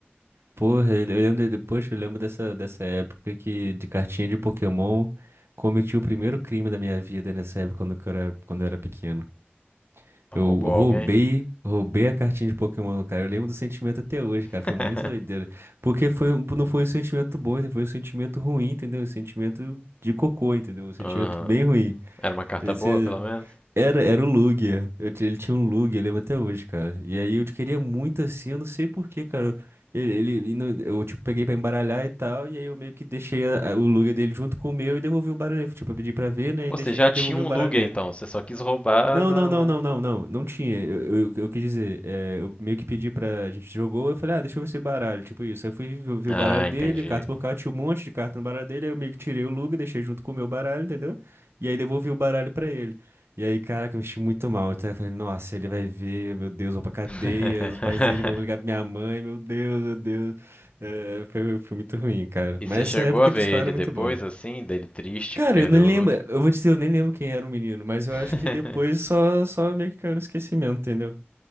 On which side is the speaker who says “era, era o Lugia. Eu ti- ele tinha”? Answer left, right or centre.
Right